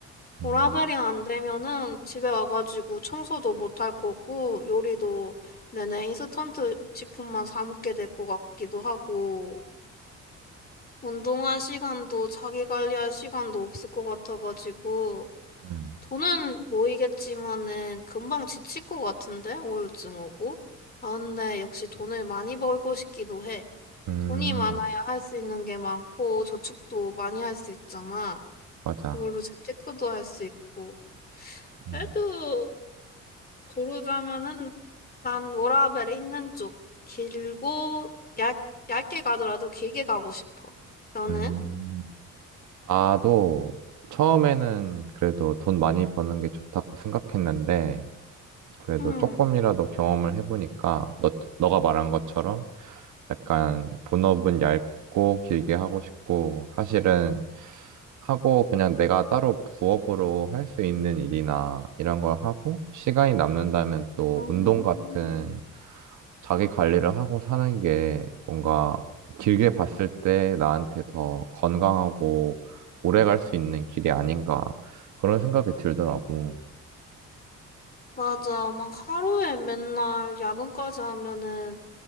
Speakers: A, on the left; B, on the right.
A: 워라벨이
B: 응,
A: 안 되면은 집에 와가지고 청소도 못할 거고 요리도 내내 인스턴트 식품만 사 먹게 될 것 같기도 하고 운동할 시간도 자기 관리할 시간도 없을 것 같아가지고
B: 응.
A: 돈은 모이겠지만은 금방 지칠 것 같은데 우울증 오고 아 근데 역시 돈을 많이 벌고 싶기도 해
B: 음,
A: 돈이 많아야 할 수 있는 게 많고 저축도 많이 할 수 있잖아
B: 맞아.
A: 그걸로 재테크도 할 수 있고
B: 음,
A: 그래도 고르자면은 난 워라밸 있는 쪽 길고 얇, 얇게 가더라도 길게 가고 싶어. 너는?
B: 음. 나도 처음에는 그래도 돈 많이 버는 게 좋다고 생각했는데, 그래도
A: 응.
B: 조금이라도 경험을 해보니까, 너, 너가 말한 것처럼 약간 본업은 얇고 길게 하고 싶고, 사실은 하고 그냥 내가 따로 부업으로 할 수 있는 일이나 이런 걸 하고, 시간이 남는다면 또
A: 음.
B: 운동 같은 자기 관리를 하고 사는 게 뭔가 길게 봤을 때 나한테 더 건강하고 오래 갈 수 있는 길이 아닌가 그런 생각이 들더라고.
A: 맞아. 막 하루에 맨날 야근까지 하면은